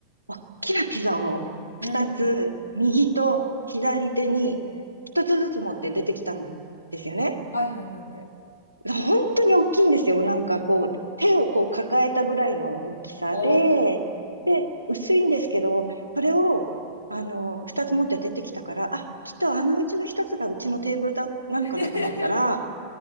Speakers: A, on the right (about 85°); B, on the left (about 80°).
A: おっきなピザを2つ、
B: い。うん。
A: 右と左手に1つずつ持って出てきたんで、ですよね。
B: はいはいはいはい。
A: 本当に大きいんですよ。なんかこう、手をこう抱えたぐらいの大きさで、
B: お
A: で、
B: ー。
A: 薄いんですけど、それを、あの、2つ持って出てきたから、あ、きっとあのうちの1つがうちのテーブルだ、なのかなと思ったら、
B: <laughs>